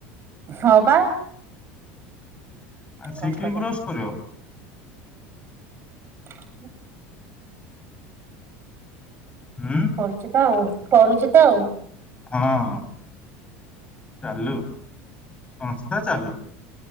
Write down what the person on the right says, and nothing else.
ହଁ ପା
କଣ
କରିବା
<unintelligible>
କରୁଚି ତ ଆଉ। କରୁଚି ତ ଆଉ।